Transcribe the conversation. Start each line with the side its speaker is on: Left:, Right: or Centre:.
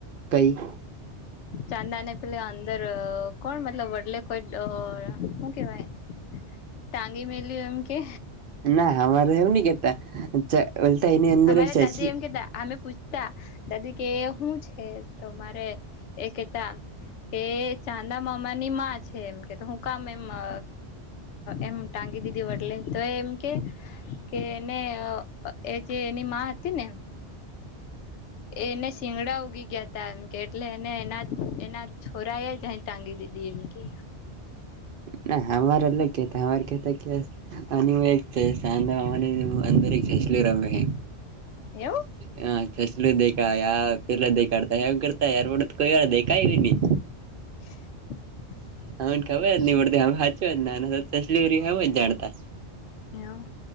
Right: કઈ.
Left: ચાંદા ને પેલે અંદર કોણ મતલબ વડલે કોઈ ડ શું કેવાય ટાંગી મેલી એમ કે
Right: ના અમારે એવું નહી કેતા ચ બોલતા એની અંદર
Left: અમારે
Right: એક <unintelligible>
Left: દાદી એમ કેતા આલ પૂછતા દાદી કે હું છે તો મારે એ કેતા કે ચાંદા મામાની માં છે એમ કે હું કામ એમ અ એમ ટાંગી દીધી વટલે તો એમ કે કે એને એ જે એની હતી ને એને સિંગડા ઉગી ગયા. તા એમ કે એટલે એને એના એના છોરા એ જય ટાંગી દીધી એમ કે
Right: ના અમારે અલગ કેતા અમાર કેતા કે બસ અને હું એક સાંદવા અંદર એક સસલું રમે હ એમ
Left: એવું.
Right: હા થ સસલુ દેખાય પેલા દેખાડતા હવ કરતા યાર પડત કોઈ વાળ દેખાય એવી ની.
Left: <inaudible>
Right: હમને ખબર જ નહી પડતી હ સાચ્યોલી હું જ જાણતા.
Left: એવ.